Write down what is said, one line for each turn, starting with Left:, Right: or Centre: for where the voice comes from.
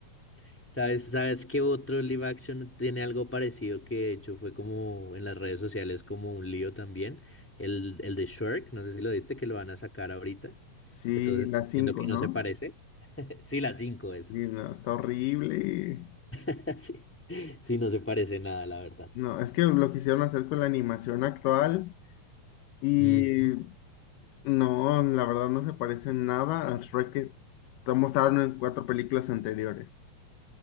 Centre: <laughs> ¿Sabes, sabes qué otro live action tiene algo parecido que de hecho fue como en las redes sociales como un lío también? El, el de Shrek, no sé si lo viste, que lo van a sacar ahorita,
Left: sí,
Centre: que todos están
Left: la cinco
Centre: diciendo que
Left: ¿no?
Centre: no se parece. <laughs> Sí, la 5 es.
Left: Sí, no, está horrible.
Centre: <laughs> Sí, sí, no se parece nada, la verdad.
Left: No, es que lo quisieron hacer con la animación actual y
Centre: Ujú.
Left: no, la verdad no se parece en nada al Shrek que te mostraron en cuatro películas anteriores.